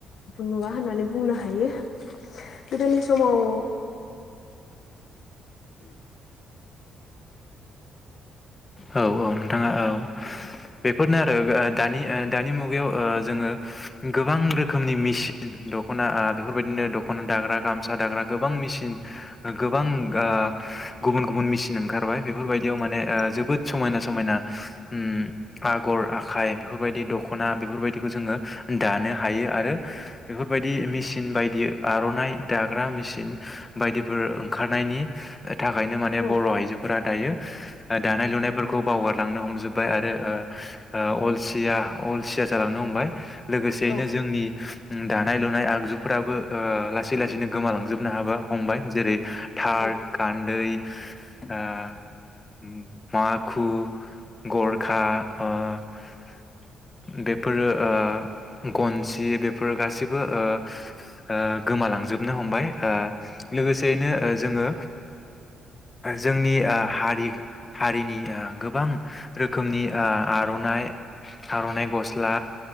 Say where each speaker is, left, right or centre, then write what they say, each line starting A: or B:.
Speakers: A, on the left (about 65°); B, on the left (about 25°).
A: नुवा होननानै बुंनो हायो गोदोनि समाव ओ
B: औ औ नोंथांङा औ बेफोरनो आरो दानि दानि मुगायाव ओ जोंङो गोबां रोखोमनि मेसिन दख'ना ओ बेफोरबायदिनो दख'ना दाग्रा गामसा दाग्रा गोबां मेसिन गोबां ओ गुबुन गुबुन मेसिन ओंखारबाय बेफोर बायदियाव माने ओ जोबोद समायना समायना उम आगर आखाय बेफोरबायदि दखना बेफोरबायदिखौ जोंङो दानो हायो आरो बेफोरबायदि मेसिन बायदि बियो
A: औ
B: आर'नाइ दाग्रा मिसिन बायदिफोर ओंखारनायनि थाखायनो माने
A: औ
B: बर' आइजोफोरा दायो दानाय लुनाय फोरखौ बावगारलांनो हमजोबबाय आरो ओ ओ अलसिया अलसिया जालांनो हमबाय लोगोसेयैनो
A: औ
B: जोंनि ओ दा नाय-लुनाय आगजुफ्राबो ओ लासै लासैनो गोमालांजोबनो हाबा हमबाय जेरै थार,
A: औ
B: गान्दै आ माखु, गरखा, ओ बेफोरो ओ गनसि बेफोर गासिबो ओ ओ गोमालांजोब नो हमबाय ओ लोगोसेयैनो ओ जोङो जोंनि ओ हारि हारिनि ओ गोबां रोखोमनि ओ आर'नाइ थारनाय गस्ला